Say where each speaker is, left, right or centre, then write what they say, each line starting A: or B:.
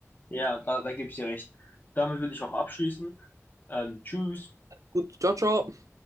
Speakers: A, on the left; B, on the right.
A: Ja, da, da gebe ich dir recht. Damit würde ich auch abschließen. Ähm, tschüss.
B: Gut, ciao, ciao.